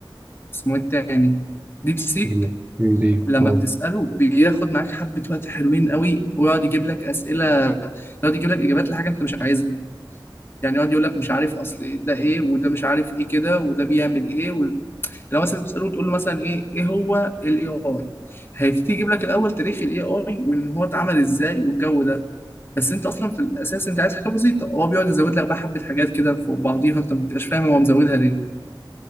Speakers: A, on the left (about 30°); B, on the right (about 20°).
A: اسمه ايه التاني ديب سيك
B: كريم كريم دي
A: لما
B: اه
A: بتساله بياخد معاك حبه وقت حلوين قوي ويقعد يجيب لك اسئله يقعد يجيب لك اجابات لحاجه انت مش عايزها يعني يقعد يقول لك مش عارف اصل ده ايه وده مش عارف ايه كده وده بيعمل ايه و... لو مثلا تساله تقول له مثلا ايه ايه هو الاي اي هيبتدي يجيب لك الاول تاريخ الاي اي وان هو اتعمل ازاي والجو ده بس انت اصلا في الاساس انت عايز حاجه بسيطه هو بيقعد يزود لك بقى حبه حاجات كده فوق بعضيها انت ما بتبقاش فاهم هو مزودها ليه